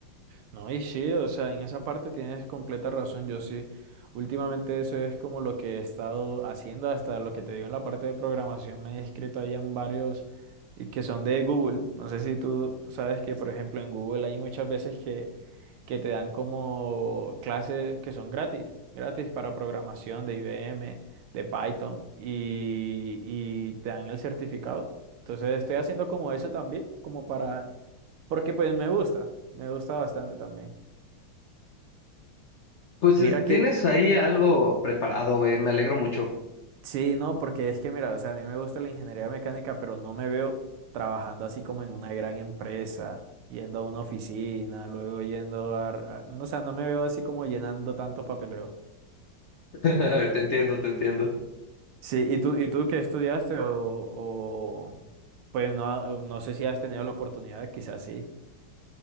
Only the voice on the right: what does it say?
No, y sí, o sea, en esa parte tienes completa razón, yo sí. Últimamente eso es como lo que he estado haciendo, hasta lo que te digo en la parte de programación, me he inscrito ahí en varios eh, que son de Google. No sé si tú sabes que, por ejemplo, en Google hay muchas veces que que te dan como clases que son gratis, gratis para programación de IBM, de Python y, y te dan el certificado. Entonces estoy haciendo como eso también, como para, porque pues me gusta, me gusta bastante también.
Mira
que,
sí, no, porque es que mira, o sea, a mí me gusta la ingeniería mecánica, pero no me veo trabajando así como en una gran empresa, yendo a una oficina, luego yendo a, a- no, o sea, no me veo así como llenando tanto papeleo.
Sí, ¿y tú, y tú qué estudiaste? O, o pues no, no sé si has tenido la oportunidad, quizás sí.